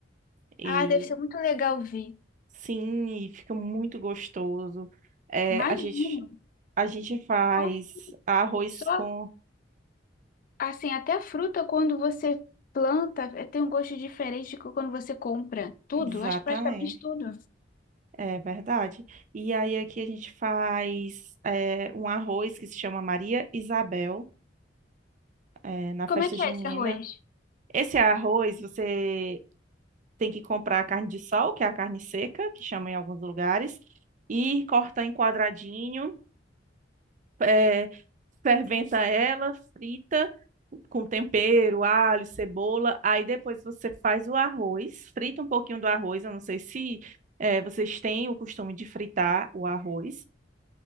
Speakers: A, on the right; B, on the left.
A: E
B: Ah, deve ser muito legal ver.
A: sim, e fica muito gostoso. É,
B: Imagino.
A: a gente, a gente faz
B: Só,
A: arroz
B: só
A: com...
B: Assim, até fruta, quando você planta, eh, tem um gosto diferente de quando você compra. Tudo,
A: Exatamente.
B: acho que praticamente tudo.
A: É verdade. E aí aqui a gente faz é, um arroz que se chama Maria Isabel, é, na festa
B: Como é que
A: junina.
B: é esse arroz?
A: Esse arroz você tem que comprar a carne de sol, que é a carne seca, que chama em alguns lugares, e corta em quadradinho, é, ferventa ela, frita com tempero, alho, cebola. Aí depois você faz o arroz, frita um pouquinho do arroz. Eu não sei se eh, vocês têm o costume de fritar o arroz,